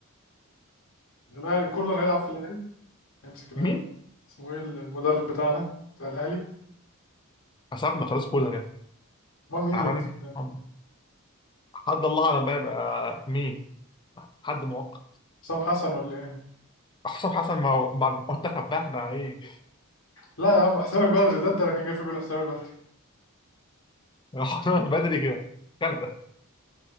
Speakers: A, on the left (about 65°); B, on the left (about 20°).
A: الاهلي كولر هيلعب في الاهلي هيمسك الاهلي
B: مين؟
A: اسمه ايه المدرب بتاعنا بتاع الاهلي
B: حسبنا خلاص كولر يعني
A: امال مين
B: عملنا
A: اللي هيمسك الاهلي؟
B: حسبنا. حد الله اعلم بقى يبقى مين حد مؤقت
A: حسام حسن ولا ايه؟
B: حسام حسن مع مع المنتخب بقى احنا ايه
A: لا يا عم حسام البدري ده ده انا كان جاي في بالي حسام البدري
B: <laughs> حسام بدري كده كندا